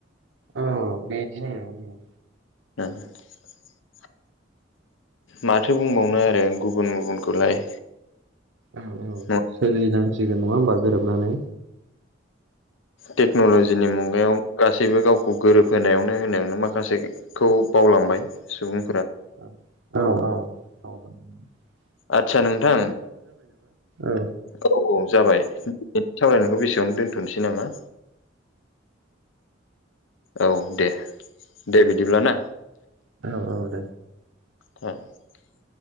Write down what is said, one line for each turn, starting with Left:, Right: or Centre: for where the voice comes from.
Right: औ बेदिनो
Left: <unintelligible> माथो बुंबावनो आरो गुबुन गुबुनखौलाय
Right: औ औ
Left: नङा
Right: सोलिनांसिगोन नङा होनबा गोरोबनानै
Left: टेक्न'ल'जिनि मुगायाव गासैबो गावखौ गोरोबहायावनो होनायावनो माखासेखौ बावलांबाय सुबुं
Right: औ औ औ
Left: आदसा नोंथां
Right: औ
Left: औ औ जाबाय सावरायनायखौ बेसेयावनो दोनथ'नोसै नामा औ दे दे बिदिब्ला ना
Right: औ औ दे
Left: <unintelligible>